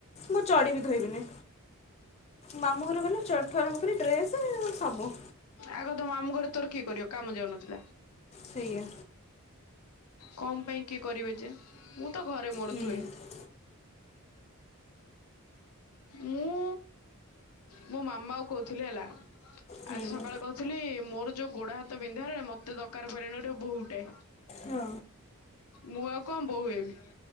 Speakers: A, on the left (about 30°); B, on the left (about 85°).
A: ମୁଁ ଚଡିବି ଧୋଇବିନି। ମାମୁ ଘରକୁ ଗଲେ ଚଡିଠୁ ଆରମ୍ଭ କରି ଡ୍ରେସ ସବୁ।
B: ଆଗ ତମ ମାମୁ ଘରେ ତୋର କିଏ କରିବ କାମ ଯାଉନଥିଲା।
A: ସେଇଆ।
B: କଣ ପାଇଁ କିଏ କରିବ ଯେ, ମୁଁ ତ ଘରେ ମୋର
A: ହୁଁ
B: ଧୁଏ। ମୁଁ ମୁଁ ମାମା କୁ କହୁଥିଲି ହେଲା
A: ହୁଁ
B: ଆଜି ସକ କହୁଥିଲି ମୋର ଯୋଉ ଗୋଡା ହାତ ବିନ୍ଧା ହେଲାଣି ମତେ ଦରକାର ପଡ଼ିଲାଣି ଗୋଟେ ବୋହୁଟେ।
A: ହଁ
B: ମୁଁ ଆଉ କଣ ବୋହୁ ହେବି।